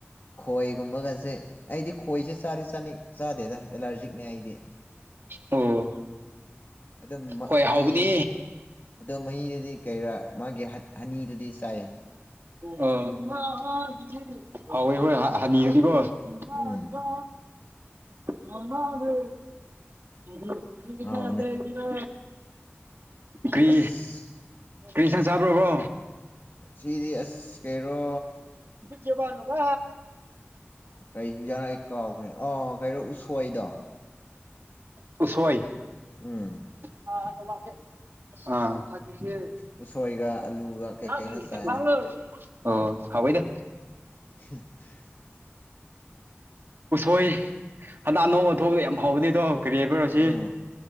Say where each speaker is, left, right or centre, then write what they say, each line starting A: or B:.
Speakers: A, on the left (about 45°); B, on the right (about 55°).
A: ꯈꯣꯏꯒꯨꯝꯕꯒꯁꯦ ꯑꯩꯗꯤ ꯈꯣꯏꯁꯦ ꯆꯥꯔꯤ ꯆꯅꯤ ꯆꯥꯗꯦꯗ ꯑꯦꯂꯥꯔꯖꯤꯛꯅꯦ ꯑꯩꯗꯤ
B: ꯑꯣ
A: ꯑꯗꯨꯝ
B: ꯍꯣꯏ ꯍꯥꯎꯕꯅꯦ
A: ꯈꯣꯏꯍꯤ ꯑꯗꯨꯝ ꯃꯍꯤꯗꯨꯗꯤ ꯀꯩꯔꯥ ꯃꯥꯒꯤ ꯍꯅꯤꯗꯨꯗꯤ ꯆꯥꯏ
B: ꯑꯥ ꯍꯥꯎꯋꯦ ꯍꯣꯏ ꯍꯅꯤꯡꯉꯗꯤꯀꯣ ꯏꯃꯕ
A: ꯎꯝ
B: ꯃꯃꯗ ꯑꯣ
A: ꯍꯥꯎꯕꯅꯦ
B: ꯇ ꯀꯔꯤ
A: ꯑꯁ
B: ꯀ꯭ꯔꯤꯁꯟ ꯆꯕ꯭ꯔꯣꯕ꯭ꯔꯣ
A: ꯑꯁꯤꯗꯤ ꯑꯁ ꯀꯦꯔꯣ
B: ꯖꯕꯅ ꯀꯣ
A: ꯀꯩ ꯍꯤꯡꯖꯥꯡ ꯑꯩ ꯀꯥꯎꯈ꯭ꯔꯦ ꯑꯥ ꯀꯩꯔꯣ ꯎꯁꯣꯏꯗꯣ
B: ꯇꯁꯣꯏ
A: ꯎꯝ
B: <unintelligible>
A: ꯎꯁꯣꯏꯒ ꯑꯂꯨꯒ ꯀꯩ ꯀꯩꯅꯣ ꯆꯥꯏꯅ
B: ꯌꯥ ꯑꯣ ꯍꯥꯎꯏꯗ
A: <unintelligible>
B: ꯎꯁꯣꯏ ꯍꯟꯗꯛ ꯑꯅꯧ ꯑ ꯊꯣꯛꯣꯡꯗ ꯌꯥꯝ ꯍꯧꯕꯗꯤꯗꯣ ꯀꯔꯤꯌꯥꯕ ꯑꯁꯤ
A: ꯎꯝ